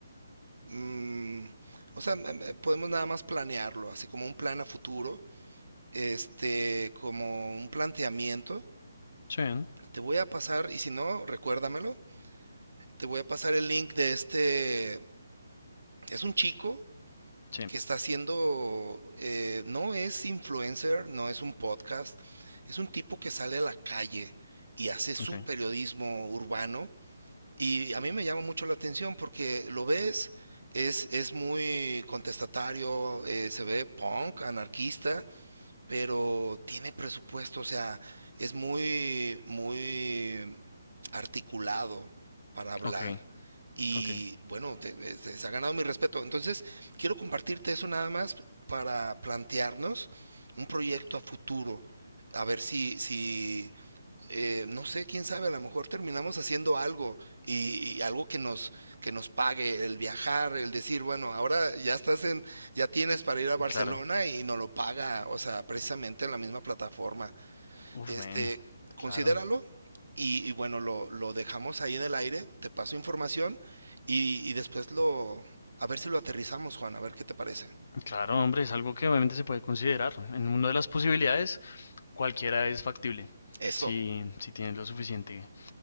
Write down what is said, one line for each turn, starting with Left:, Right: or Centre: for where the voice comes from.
Right: mm, o sea, em, em, podemos nada más planearlo, así como un plan a futuro, este, como un planteamiento.
Left: Sí, ¿no?
Right: Te voy a pasar, y si no, recuérdamelo, te voy a pasar el link de este, es un chico
Left: sí,
Right: que está haciendo, eh, no es influencer, no es un podcast, es un tipo que sale a la calle y hace su
Left: ok,
Right: periodismo urbano Y a mí me llama mucho la atención porque lo ves, es, es muy contestatario, eh, se ve punk, anarquista, pero tiene presupuesto, o sea, es muy, muy articulado para hablar.
Left: ok,
Right: Y
Left: ok,
Right: bueno, te- eh, se, se ha ganado mi respeto. Entonces, quiero compartirte eso nada más para plantearnos un proyecto a futuro. A ver si, si eh, no sé, quién sabe, a lo mejor terminamos haciendo algo y, y algo que nos, que nos pague, el viajar, el decir, bueno, ahora ya estás en, ya tienes para ir a Barcelona
Left: claro.
Right: y nos lo paga, o sea, precisamente en la misma plataforma.
Left: Uf,
Right: Este,
Left: ven,
Right: considéralo
Left: claro.
Right: y, y bueno, lo, lo dejamos ahí en el aire, te paso información y, y después lo, a ver si lo aterrizamos, Juan, a ver qué te parece.
Left: Claro, hombre, es algo que obviamente se puede considerar. En una de las posibilidades, cualquiera es factible,
Right: Eso,
Left: si, si tienes lo suficiente